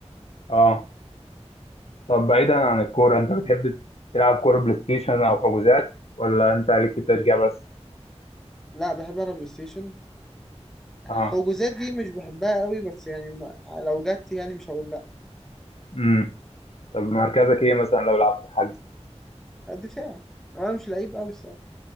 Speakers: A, on the left (about 60°); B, in the centre.
A: اه طب بعيدا عن الكوره انت بتحب تلعب كوره بلاي ستيشن او حجوزات ولا انت ليك في التشجيع بس
B: لا بحب انا بلاي ستيشن
A: اه
B: حجوزات دي مش بحبها قوي بس يعني ما... لو جت يعني مش هقول لا
A: امم طب مركزك ايه مثلا لو لعبت حجز
B: دفاع وانا مش لعيب قوي الصراحه